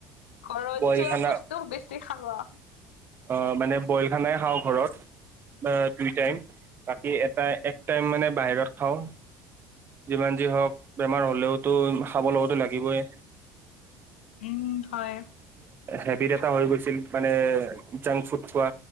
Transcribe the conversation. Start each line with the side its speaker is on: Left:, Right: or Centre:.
Left: ঘৰত
Right: বইল
Left: হোৱা
Right: খানা
Left: বস্তু বেছি খাবা।
Right: অ', মানে বইল খানাই খাওঁ ঘৰত। দুই টাইম, বাকী এটা এক টাইম মানে বাহিৰত খাওঁ। যিমান যি হওঁক বেমাৰ হ'লেওতো, খাব লগতো লাগ গিবয়েই।
Left: উম হয়
Right: হেবিত এটা হৈ গৈছিল, মানে জাংক ফুড খোৱা,